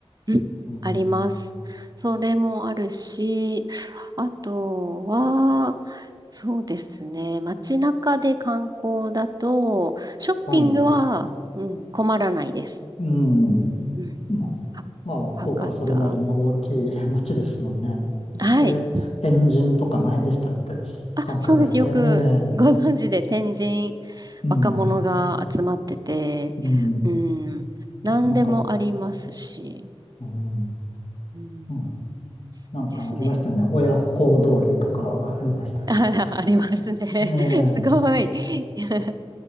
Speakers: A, on the right; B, on the left.
A: うんあります。
B: うん。
A: それもあるし、あとは、そうですね。街中で観光だと、ショッピングは、
B: はい。
A: うん、困らないです。
B: うん。
A: うん。
B: まあ、
A: は
B: まあ、福岡はそれなりに大きい
A: 博多。
B: <laughs> 町ですもんね。
A: はい。
B: えー天神とかの辺でしたって、
A: あ、
B: 繁華街って。
A: そうです。よくご存知で天神
B: ええ、うん。
A: 若者が集まってて、
B: うん。
A: うん、何でもありますし、
B: なんか、うん、
A: うん、
B: うん、なんかありましたね。
A: ですね。
B: 親不孝通りとかありましたっけ。
A: <laughs> あ、ありますね。
B: ええ、
A: <laughs> すごい。<laughs>